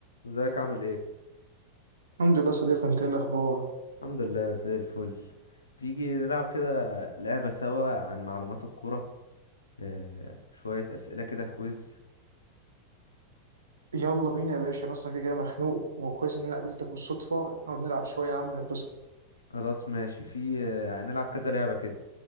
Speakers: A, on the left; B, on the right.
A: ازيك عامل ايه
B: الحمد لله صديقي انت ايه الاخبار
A: الحمد لله زي الفل تيجي نلعب كده لعبة سوا عن معلومات الكرة آه شوية أسئلة كده كويز
B: يلا بينا يا باشا انا اصلا كده كده مخنوق وكويس ان انا قابلتك بالصدفه نقعد نلعب شويه يا عم نتبسط
A: خلاص ماشي في آه هنلعب كذا لعبة كده